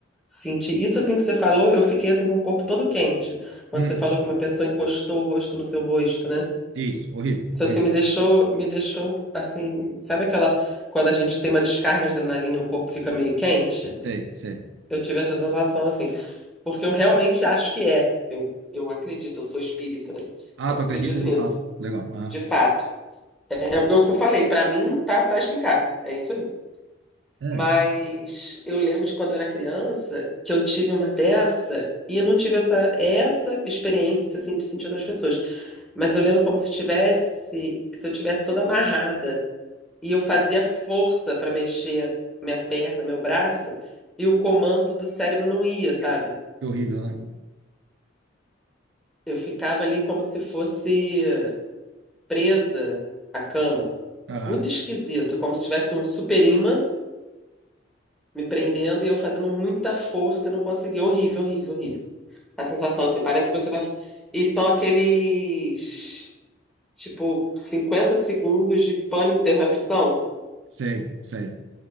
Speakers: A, in the centre; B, on the right.
A: senti. Isso assim que você falou, eu fiquei assim com o corpo todo quente, quando
B: Uhum.
A: você falou que uma pessoa encostou o rosto no seu rosto, né?
B: isso, horrível,
A: Isso
B: horrível.
A: assim me deixou, me deixou assim, sabe aquela quando a gente tem uma descarga de adrenalina e o corpo fica meio quente?
B: Sei, sei.
A: Eu tive essa sensação assim, porque eu realmente acho que é. Eu, eu acredito, eu sou espírita, né?
B: Ah,
A: Então eu
B: tu
A: acredito
B: acredita de
A: nisso,
B: fato. Legal. Aham.
A: de fato. É porque o que eu falei, pra mim tá, tá explicado. É isso aí.
B: É.
A: Mas eu lembro de quando eu era criança que eu tive uma dessa e eu não tive essa, essa experiência assim de sentir outras pessoas. Mas eu lembro como se tivesse, se eu tivesse toda amarrada e eu fazia força pra mexer minha perna, meu braço, e o comando do cérebro não ia, sabe?
B: Que horrível, né?
A: Eu ficava ali como se fosse presa à cama.
B: Aham.
A: Muito esquisito, como se tivesse um super imã me prendendo e eu fazendo muita força e não consegui. Horrível, horrível, horrível. A sensação, assim, parece que você vai. E são aqueles, tipo, 50 segundos de pânico, terror e aflição,
B: Sei, sei.